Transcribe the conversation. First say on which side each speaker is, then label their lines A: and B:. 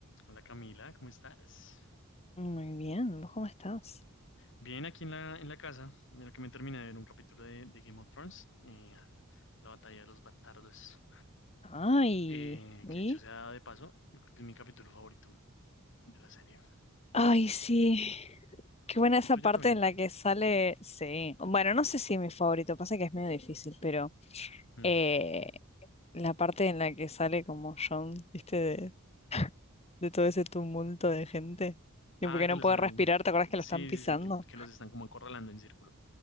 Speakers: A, on the left; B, on the left.
A: Hola Camila, ¿cómo estás?
B: Muy bien, ¿vos cómo estás?
A: Bien, aquí en la, en la casa. Mira que me terminé de ver un capítulo de, de Game of Thrones, eh, la batalla de los bastardos,
B: Ay,
A: eh,
B: ¿y?
A: que hecho sea de paso, yo creo que es mi capítulo favorito de la serie.
B: Ay, sí. Qué buena esa
A: El tuyo
B: parte
A: también.
B: en la que sale. Sí. Bueno, no sé si es mi favorito, pasa que es medio difícil, pero
A: Mm.
B: eh, la parte en la que sale como John, ¿viste? De, de todo ese tumulto de gente.
A: Ah,
B: Y porque
A: que
B: no
A: los...
B: puede
A: ah,
B: respirar, ¿te acuerdas que
A: Sí,
B: lo están pisando?
A: sí, sí, que, que los están como acorralando en círculo.